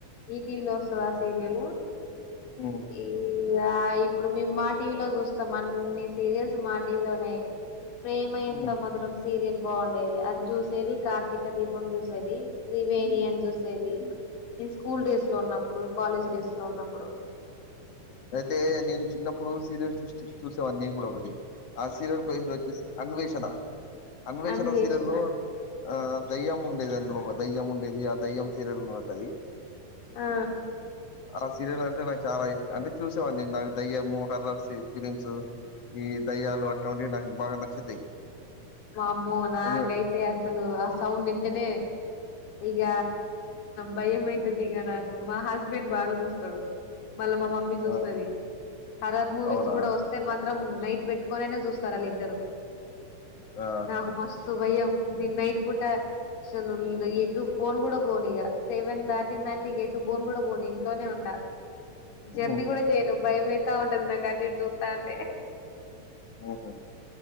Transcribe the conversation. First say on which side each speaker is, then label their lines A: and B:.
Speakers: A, on the left (about 85°); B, on the left (about 55°).
A: ఈ టీ వి లో వస్తది ఆ సీరియల్
B: ఉమ్,
A: ఈ ఇగ ఇప్పుడు మేం మా టీవీలో చూస్తాం అన్ని సీరియల్స్ మా టీవీలోనే ప్రేమ ఎంత
B: ఉమ్,
A: మధరం సీరియల్ బాగుండేది అది చూసేది కార్తీక దీపం చూసేది త్రివేనియన్ చూసేది నేను స్కూల్
B: ఉమ్.
A: డేస్ లో ఉన్నప్పుడు కాలేజ్ డేస్ లో ఉన్నప్పుడు
B: అయితే నేను చిన్నప్పుడు సీరియల్ చూస్ చు సేవన్నన్ని నీన్ కూడ ఒకటి ఆ సీరియల్ పేర్ వచ్చేసి అన్వేషణ అన్వేషణ
A: అన్ని చేసిన
B: సీరియల్లో ఆ దయ్యం ఉండేది అందులో ఒక దయ్యం ఉండేది ఆ దయ్యం సీరియల్ ఉంటది
A: ఆ
B: ఆ సీరియల్ అంటే నాకు చాలా ఇష్ అంటే చూసేవాడిన్ని నాకు దయ్యము హర్రర్సిఫ్ ఫీలిమ్స్ ఈ దయ్యాలు అట్లాంటివి నాకు బాగా నచ్చుతాయి
A: వామ్మో నాకైతే
B: ఎందు
A: అసలు ఆ సౌండ్ ఇంటనే ఇగ
B: హ్మ్.
A: భయం అయితది ఇక నాకు మా హస్బెండ్ బాగా చూస్తాడు మళ్ళా మా మమ్మీ చూస్తుంది
B: ఆ
A: హరార్ మూవీస్
B: అవునా
A: కూడా వస్తే మా అరం నైట్ పెట్టుకొనేనే చూస్తారు వాళ్ళిద్దరు
B: ఆ
A: నాకు మస్ స్తు భయం ని నైట్ పూట సలు టు బోన్ కూడా పోను ఇగ సెవెన్ దాటిందంటే ఇ గ ఎ టు బోన్ కూడా పోను ఇంట్లోనే ఉంటా జర్నీ
B: ఉహు
A: కూడా చేయను భయమయితా ఉంటది నాకు అటు ఇటు చూత్తంటే
B: ఉహు